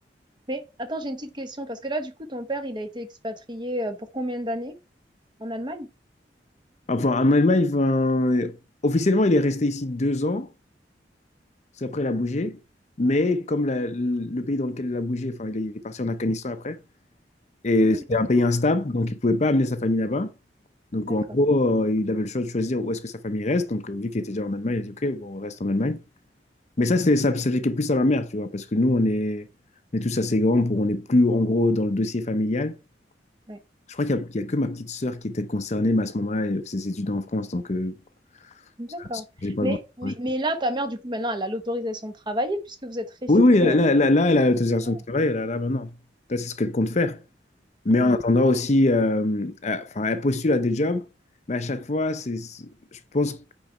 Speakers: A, on the right; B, on the left.
A: Mais attends, j'ai une petite question parce que là, du coup, ton père, il a été expatrié euh, pour combien d'années en Allemagne?
B: Enfin, en Allemagne, enfin, officiellement, il est resté ici deux ans, parce qu'après, il a bougé. Mais comme la- le pays dans lequel il a bougé, enfin, il est il est parti en Afghanistan après, et
A: Ah ouais,
B: c'était un pays instable, donc il ne pouvait pas amener sa famille là-bas. Donc,
A: d'accord.
B: en gros, euh, il avait le choix de choisir où est-ce que sa famille reste. Donc, euh, vu qu'il était déjà en Allemagne, il a dit, OK, bon, on reste en Allemagne. Mais ça, c'est, ça, ça fait que plus à ma mère, tu vois, parce que nous, on est, on est tous assez grands pour, on n'est plus, en gros, dans le dossier familial.
A: Ouais.
B: Je crois qu'il y a, qu'il y a que ma petite sœur qui était concernée, mais à ce moment-là, elle faisait ses études en France, donc euh,
A: D'accord.
B: ça, j'ai pas
A: Mais,
B: grand-
A: mais,
B: ouais.
A: mais là, ta mère, du coup, maintenant, elle a l'autorisation de travailler puisque vous êtes resté.
B: Oui, oui, là, là, là, là, elle a l'autorisation
A: Ouais.
B: de travail, elle a là maintenant. Là, c'est ce qu'elle compte faire. Mais
A: Hmm.
B: en attendant aussi, euh, elle- enfin, elle postule à des jobs, mais à chaque fois, c'est, je pense